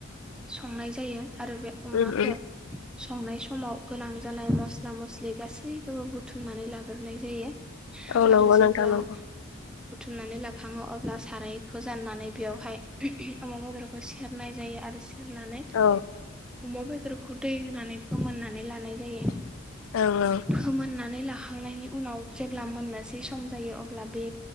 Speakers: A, in the centre; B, on the left (about 85°).
A: संनाय जायो। आरो बे अमाखो
B: उम उम
A: संनाय समाव गोनां जानाय मस ला मस्लि गासैखोबो बुथुमनानै लाग्रोनाय जायो
B: औ नंगौ
A: आरो जेब्ला
B: नोंथां नंगौ
A: बुथुमनानै लाखाङो अब्ला सारायखो जाननानै बेयावहाय अमा बेदरखौ सेरनाय जायो आरो सेरनानै
B: औ
A: अमा बेदरखौ दै होनानै फोमोननानै लानाय जायो।
B: औ औ
A: फोमोननानै ला खांनायनि उनाव जेब्ला मोननोसै बे सम जायो अब्ला बे